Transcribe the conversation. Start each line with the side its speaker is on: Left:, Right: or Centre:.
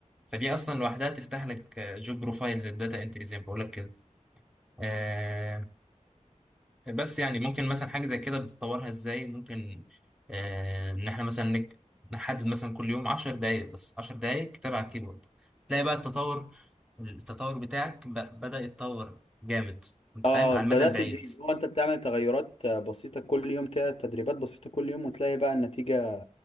Centre: فدي اصلا لوحدها تفتح لك آه، جوب بروفايل زي الداتا انتري زي ما بقول لك كده آه بس يعني ممكن مثلا حاجه زي كده بتطورها ازاي ممكن آه ان احنا مثلا نك- نحدد مثلا كل يوم 10 دقائق بس 10 دقائق كتابه على الكيبورد تلاقي بقى التطور التطور بتاعك ب- بدأ يتطور جامد انت
Left: اه
Centre: فاهم على
Left: بدأت
Centre: المدى البعيد
Left: تزيد هو انت بتعمل تغيرات آه، بسيطة كل يوم كده تدريبات بسيطة كل يوم وتلاقي بقى النتيجة